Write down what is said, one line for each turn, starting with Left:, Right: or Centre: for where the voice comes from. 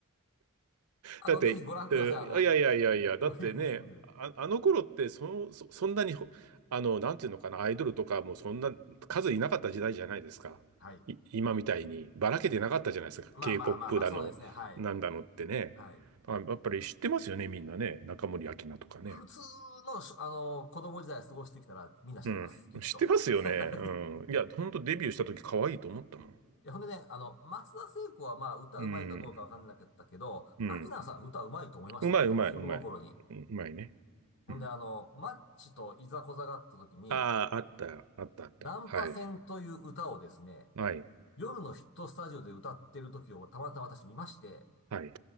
Left: あの、
Right: だって、
Left: ぜひご覧ください。
Right: えーいやいやいやいや、
Left: あの、<laughs>
Right: だってね、
Left: ありますんで。
Right: あ、あの頃ってそ、そ、そんなにほ、あの、なんていうのかな、アイドルとかもそんな数いなかった時代じゃないですか。
Left: はい。
Right: い、今みたいにばらけてなかったじゃないですか。
Left: まあまあまあまあ、
Right: K-POP だの、
Left: そうですね。はい。
Right: なんだのってね。
Left: はい。
Right: あ、やっぱり知ってますよね、みんなね。中森明菜とかね。
Left: 普通のし、あの、子供時代過ごしてきたらみんな知ってます。
Right: うん。
Left: きっと。
Right: 知ってますよね。
Left: はい。
Right: うん。いや、ほんとデビューした時可愛いと思ったもん。
Left: いや、ほんでね、あの、松田聖子はまあ、歌うまいかどうかわかんなかったけど、
Right: うん。うん。
Left: 秋菜さんは歌うまいと思いましたもんね、
Right: うまいうまいうまい。
Left: 子供の頃に。
Right: うんうまいね。
Left: ほんで、
Right: うん。
Left: あの、マッチといざこざがあった時に、
Right: ああ、あった、あった、あった。
Left: ナンパ船という歌をですね、
Right: はい。はい。
Left: 夜のヒットスタジオで歌ってる時をたまたま私見まして、
Right: はい。